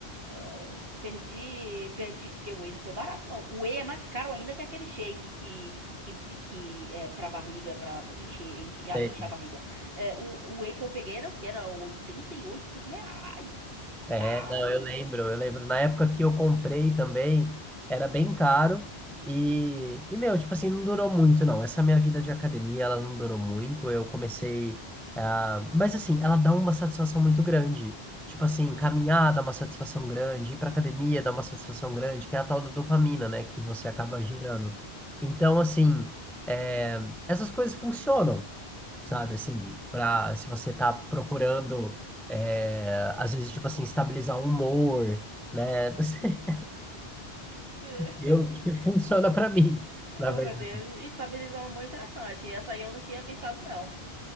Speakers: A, on the right (about 60°); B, in the centre.
A: ah, perdi, perdi. Porque o whey não foi barato, não. O whey é mais caro ainda que aquele shake que, que, que é pra barriga, pra encher, encher,
B: é,
A: encher a barriga. É, o, o whey que eu peguei era o que? Era oitenta e oito reais.
B: É,
A: Caro.
B: não, eu lembro, eu lembro. Na época que eu comprei também, era bem caro e, e meu, tipo assim, não durou muito, não. Essa minha vida de academia, ela não durou muito. Eu comecei, ah, mas assim, ela dá uma satisfação muito grande. Tipo assim, caminhar dá uma satisfação grande, ir pra academia dá uma satisfação grande, que é a tal da dopamina, né, que você acaba gerando. Então, assim, é, essas coisas funcionam sabe? Assim, para se você tá procurando, é, às vezes, tipo assim, estabilizar o humor, né? <laughs> Não sei,
A: <laughs>
B: eu que funciona para mim, na
A: Oh,
B: verdade.
A: meu Deus, estabilizou uma mão interessante. Essa aí eu não tinha pensado, não.